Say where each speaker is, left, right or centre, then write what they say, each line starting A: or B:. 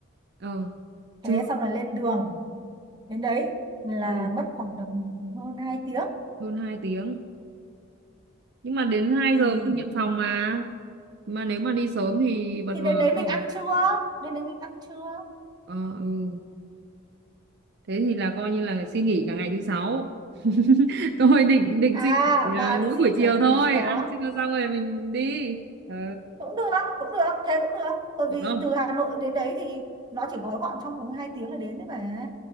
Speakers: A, on the right; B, on the right.
A: Ờ, trưa
B: Thế xong là lên đường. Đến đấy là
A: ừ,
B: mất khoảng tầm hơn 2 tiếng
A: hơn 2 tiếng. nhưng mà đến 2
B: thì
A: giờ mới được nhận phòng mà mà nếu mà đi sớm thì vật
B: thì đến
A: vờ
B: đấy mình
A: đâu
B: ăn trưa đến đấy mình ăn trưa
A: ờ, ừ. thế thì là coi như là xin nghỉ cả ngày thứ sáu <laughs> tôi định định
B: à
A: xin nghỉ ờ,
B: bà định
A: mỗi
B: xin
A: buổi chiều
B: cả
A: thôi
B: nghỉ chiều
A: ăn
B: á
A: trưa xong rồi mình đi ờ
B: cũng được cũng được thế cũng được bởi
A: được
B: vì
A: không
B: từ Hà Nội đến đấy thì nó chỉ gói gọn trong vòng hai tiếng là đến đấy mà